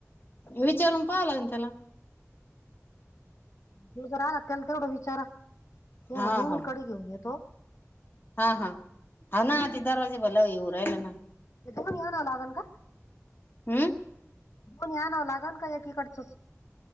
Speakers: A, on the left; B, on the left.
A: विचारून पाहावं लागल त्याला.
B: तुम्हीं राना कन करडुन विचारा. ते
A: हाव,
B: म्हणे
A: हाव.
B: मी कडी घेऊन येतो
A: हा, हा, हाव ना ते दरवाजे भला हे हुन राहिलान
B: ते दोघ घेऊन या लागल का?
A: हम्म.
B: दोन्ही आनाव लागेल का एकीकडचंच?